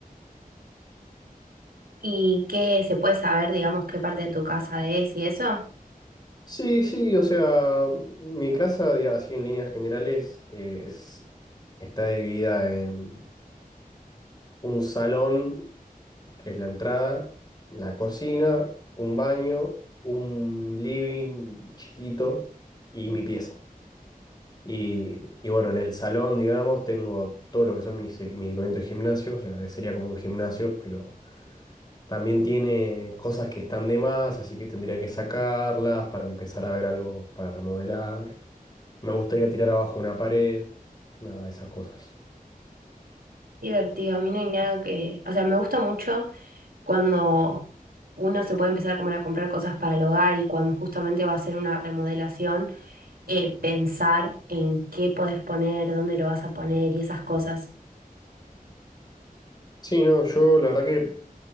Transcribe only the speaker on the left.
Sí, sí, o sea, mi casa, di- así en líneas generales, es, está dividida en un salón, que es la entrada, la cocina, un baño, un living chiquito y mi pieza. Y, y bueno, en el salón, digamos, tengo todo lo que son mis, equi- mi equipamiento de gimnasio, o sea, sería como un gimnasio, pero también tiene cosas que están de más, así que tendría que sacarlas para empezar a ver algo para remodelar. Me gustaría tirar abajo una pared, nada de esas cosas.
Sí, no, yo la verdad que